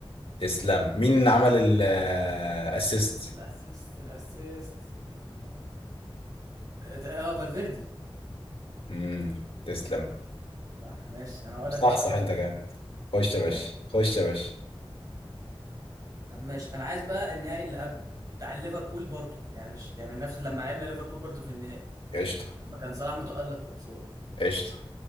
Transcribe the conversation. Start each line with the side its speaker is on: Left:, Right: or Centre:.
Left: تسلم مين اللي عمل الاسيست؟
Right: الاسيست الاسيست كان اه آه، فالفيردي
Left: امم تسلم
Right: صح ماشي انا هقول
Left: صح
Right: لك بقى
Left: صح
Right: خلاص
Left: انت
Right: ما
Left: جامد
Right: دام انت
Left: خش يا باشا
Right: ايه
Left: خش يا باشا
Right: طب ماشي انا عايز بقى النهائي اللي قبله بتاع ليفربول برضو يعني مش يعني نفس لما لعبنا ليفربول برضو في النهائي
Left: قشطة
Right: لما كان صلاح متألق واتصاب
Left: قشطة